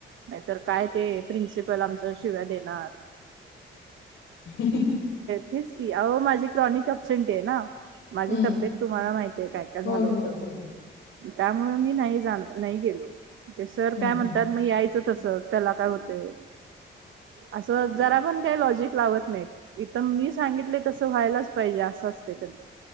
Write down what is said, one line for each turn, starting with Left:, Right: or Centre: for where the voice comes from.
Right: नाहीतर काय ते प्रिन्सिपल आमच शिव्या देणार.
Left: ही ही ही
Right: हेच की आओ माझी क्रॉनिक अपसेंटी आहे ना. माझी
Left: हम्म
Right: तब्येत तुम्हाला माहितीय काय काय झालं
Left: होय
Right: होत.
Left: होय होय.
Right: त्यामुळं मी नाही जा नाही गेलो ते सर
Left: हम्म
Right: काय म्हणतात
Left: हम्म.
Right: म यायच तसच त्याला काय होतय असं जरा पण काही लॉजिक लावत नाहीत. इथं मी सांगितले तसं व्हायलाच पाहिजे अस <inaudible> त्यांच